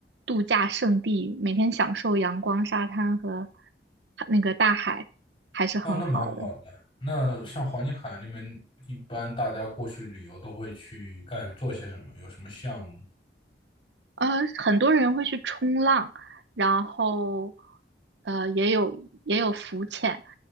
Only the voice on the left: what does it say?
哦，那蛮好的。那像黄金海岸那边，一般大家过去旅游都会去干做些什么？有什么项目？